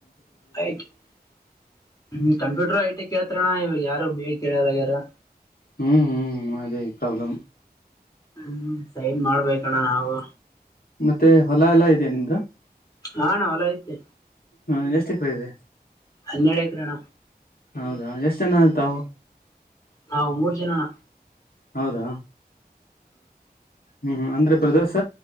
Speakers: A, on the left (about 20°); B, on the left (about 60°).
A: ಆಯ ಹ ಕಂಪ್ಯೂಟರ್ ಐಟಿ ಕ ಹತ್ರಣ ಇವಾಗ ಯಾರ ಬ ಕೆಳ ವರಾ
B: ಹ್ಮ್ ಹ್ಮ್ ಅದೇ ಪ್ರಾಬ್ಲ್
A: ಹ್ಮ್ ಸೈನ್ ಮಾಡ್ಬೇಕಣ ನಾವು
B: ಮತ್ತೆ ಹೊಲ ಎಲ್ಲಾ ಇದೆಯಾ ನಿಮ್ದು
A: ಹ ನ್ ಅಲ ಐತೆ
B: ಹ್ಮ ಎಷ್ಟು ಎಕರೆ ಇದೆ
A: ಅನ್ನಡಕ್ಕೆ ರಣ
B: ಹೌದಾ ಎಷ್ಟು ಜನ ತಾವು
A: ನಾವ್ ಮೂರು ಜನಣ್ಣ
B: ಹೌದಾ ಹ್ಮ ಅಂದ್ರೆ ಬ್ರದರ್ಸ